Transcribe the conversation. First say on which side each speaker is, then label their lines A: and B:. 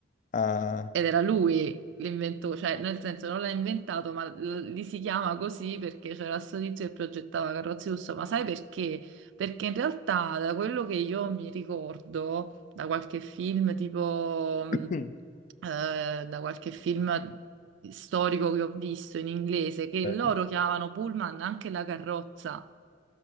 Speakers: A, on the left; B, on the right.
A: Ah,
B: ed era lui l'inventore, cioè nel senso non l'ha inventato, ma l- li si chiama così perché c'era sto tizio che progettava carrozze lusso. Ma sai perché? Perché in realtà da quello che io mi ricordo, da qualche film tipo, mh,
A: mm,
B: eh, da qualche film storico che ho visto in inglese, che
A: ok.
B: loro chiamavano Pullman anche la carrozza,